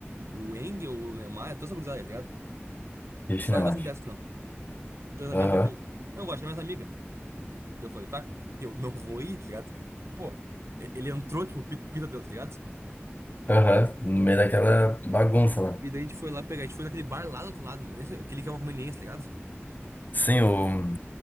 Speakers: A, on the right (about 80°); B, on the left (about 40°).
A: O Engel, o né, o Maia, toda essa gurizada, tá ligado?
B: e o
A: Só
B: chinelagem.
A: eu e o Zambiasco, não. E o Zambiasco
B: Aham,
A: meteu. Não, vou achar minhas amigas. Daí eu falei, tá, eu não vou ir, tá ligado? E, pô, e- ele entrou, tipo, pi- pita dentro, tá ligado?
B: aham. No meio daquela bagunça lá.
A: E daí a gente foi lá pegar, a gente foi naquele bar lá do outro lado, meu. Nem sei- aquele que é uma conveniência, tá ligado?
B: Sim, o.